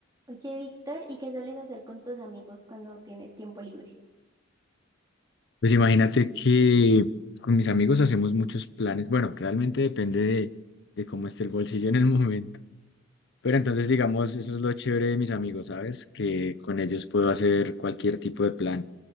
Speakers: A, on the right (about 20°); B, on the left (about 60°).
A: Oye, Víctor, ¿y qué sueles hacer con tus amigos cuando tienes tiempo libre?
B: Pues imagínate que con mis amigos hacemos muchos planes. Bueno, realmente depende de, de cómo esté el bolsillo en el <laughs> momento. Pero entonces, digamos, eso es lo chévere de mis amigos, ¿sabes? Que con ellos puedo hacer cualquier tipo de plan.